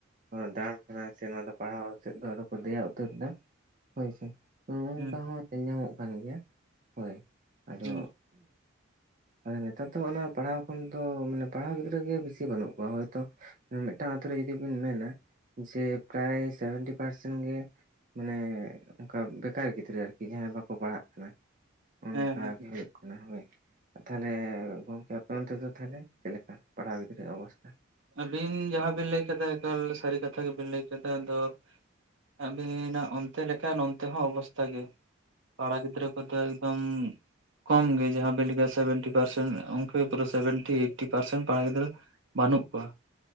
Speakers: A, on the right; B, on the right.
A: ᱫᱟᱬᱟᱱ ᱠᱟᱱᱟ ᱥᱮ ᱱᱚᱣᱟ ᱫᱚ ᱯᱟᱲᱦᱟᱣ ᱥᱮᱫ ᱫᱚ ᱟᱫᱚ ᱠᱚ ᱫᱮᱭᱟ ᱩᱛᱟᱹᱨ ᱫᱟ ᱾ ᱦᱳᱭ ᱥᱮ ᱾
B: ᱦᱮᱸ ᱾
A: ᱧᱮᱞ ᱧᱟᱢᱚᱜ ᱠᱟᱱ ᱜᱮᱭᱟ ᱦᱳᱭ᱾ ᱟᱫᱚ
B: ᱦᱩᱸ
A: ᱱᱮᱛᱟᱨ ᱫᱚ ᱚᱱᱟ ᱯᱟᱲᱦᱟᱣ ᱠᱷᱚᱱ ᱫᱚ ᱢᱟᱱᱮ ᱯᱟᱲᱦᱟᱣ ᱜᱤᱫᱽᱨᱟᱹ ᱜᱮ ᱵᱮᱥᱤ ᱵᱟᱹᱱᱩᱜ ᱠᱚᱣᱟ ᱦᱚᱭ ᱛᱚ ᱢᱤᱫᱴᱟᱱ ᱟᱹᱛᱩ ᱨᱮ ᱡᱚᱫᱤ ᱵᱤᱱ ᱢᱮᱱᱟ ᱡᱮ ᱯᱨᱟᱭ ᱥᱮᱵᱷᱮᱱᱴᱤ ᱯᱟᱨᱥᱮᱱ ᱜᱮ ᱢᱟᱱᱮ ᱚᱱᱠᱟ ᱵᱮᱠᱟᱨ ᱜᱤᱫᱽᱨᱟᱹ ᱟᱨᱠᱤ ᱡᱟᱦᱟᱸᱭ ᱵᱟᱠᱚ ᱯᱟᱲᱦᱟᱜ ᱠᱟᱱᱟ᱾ ᱚᱱᱠᱟ
B: ᱦᱮᱸ ᱦᱮᱸ
A: ᱜᱮ ᱦᱩᱭᱩᱜ ᱠᱟᱱᱟ ᱦᱳᱭ᱾ ᱛᱟᱦᱚᱞᱮ ᱜᱚᱢᱠᱮ ᱟᱯᱮ ᱚᱱᱛᱮ ᱫᱚ ᱛᱟᱦᱚᱞᱮ ᱪᱮᱫ ᱞᱮᱠᱟ ᱯᱟᱲᱦᱟᱣ ᱜᱤᱫᱽᱨᱟᱹ ᱚᱵᱚᱥᱛᱷᱟ?
B: ᱟᱹᱵᱤᱱ ᱡᱟᱦᱟᱸ ᱵᱤᱱ ᱞᱟᱹᱭ ᱠᱮᱫᱟ ᱮᱠᱟᱞ ᱥᱟᱹᱨᱤ ᱠᱟᱛᱷᱟ ᱜᱮᱵᱤᱱ ᱞᱟᱹᱭ ᱠᱮᱫᱟ᱾ ᱟᱫᱚ ᱟᱹᱵᱤᱱᱟᱜ ᱚᱱᱛᱮ ᱞᱮᱠᱟ ᱱᱚᱛᱮ ᱦᱚᱸ ᱚᱵᱚᱥᱛᱷᱟ ᱜᱮ ᱾ ᱠᱚᱲᱟ ᱜᱤᱫᱽᱨᱟᱹ ᱠᱚᱫᱚ ᱮᱠᱫᱚᱢ ᱠᱚᱢ ᱜᱮ ᱡᱟᱦᱟᱸ ᱵᱮᱱ ᱞᱟᱹᱭ ᱠᱮᱫᱟ ᱥᱮᱵᱷᱮᱱᱴᱤ ᱯᱟᱨᱥᱮᱱ ᱚᱱᱠᱟ ᱯᱩᱨᱟᱹ ᱥᱮᱵᱷᱮᱱᱴᱤ ᱮᱭᱤᱴᱤ ᱯᱟᱨᱥᱮᱱ ᱠᱚᱲᱟ ᱜᱤᱫᱽᱨᱟᱹ ᱵᱟᱹᱱᱩᱜ ᱠᱚᱣᱟ,